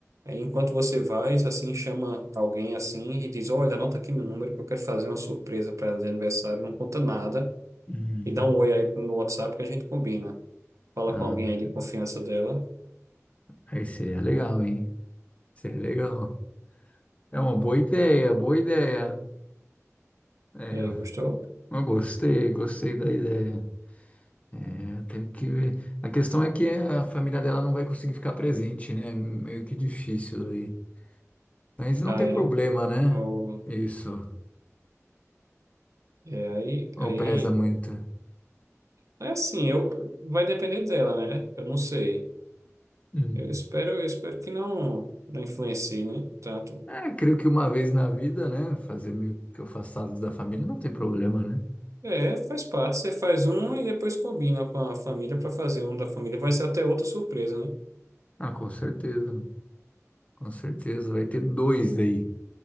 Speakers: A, on the right; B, on the left.
A: enquanto você vai, assim, chama alguém assim e diz, olha, anota aqui meu número que eu quero fazer uma surpresa para ela de aniversário, não conta nada
B: Uhum.
A: e dá um oi aí no WhatsApp que a gente combina. Fala
B: Ah,
A: com alguém aí de confiança dela.
B: aí seria legal, hein? Seria legal. É uma boa ideia, boa ideia. É,
A: E aí, gostou?
B: eu gostei, gostei da ideia. É, tenho que ver. A questão é que a família dela não vai conseguir ficar presente, né? Meio que difícil aí. Mas não
A: Ah,
B: tem
A: é.
B: problema, né?
A: Eu-
B: Isso.
A: é aí,
B: Ou
A: aí
B: pesa muito.
A: é assim, eu vai depender dela, né? Eu não sei.
B: Hum.
A: Eu espero, eu espero que não não influencie, né? Tanto.
B: É, creio que uma vez na vida, né? Fazer meio que afastado da família não tem problema, né?
A: É, faz parte. Você faz um e depois combina com a família para fazer um da família. Vai ser até outra surpresa, né?
B: Ah, com certeza. Com certeza. Vai ter dois daí.